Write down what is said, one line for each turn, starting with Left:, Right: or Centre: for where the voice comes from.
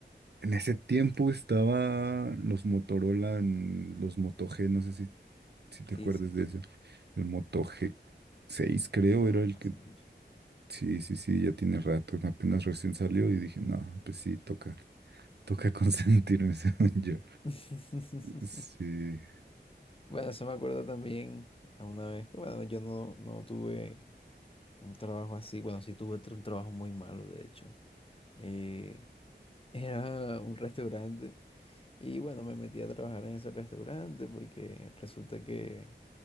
Right: En ese tiempo estaban los Motorola, en los Moto G, no sé si, si te
Left: Sí,
Right: acuerdas
Left: sí, sí.
Right: de eso. El Moto g seis creo
Left: Ah,
Right: era el
Left: pasó
Right: que...
Left: mucho.
Right: Sí, sí, sí, ya tiene rato. Apenas recién salió y dije, no, pues sí, toca, toca consentirme, <laughs> según yo.
Left: <laughs>
Right: Sí,
Left: Bueno, eso me acuerdo también a una vez que, bueno, yo no, no tuve. Un trabajo así, bueno, sí tuve tra- un trabajo muy malo, de hecho. Eh, <laughs> era un restaurante y bueno, me metí a trabajar en ese restaurante porque resulta que,